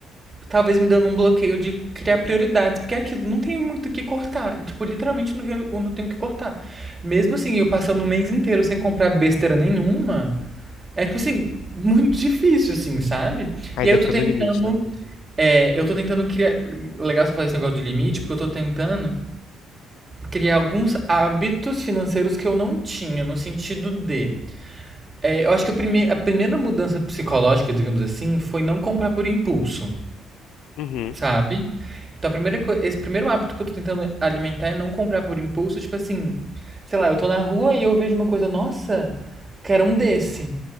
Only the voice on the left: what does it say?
Ainda
fica
no limite, né?
Uhum,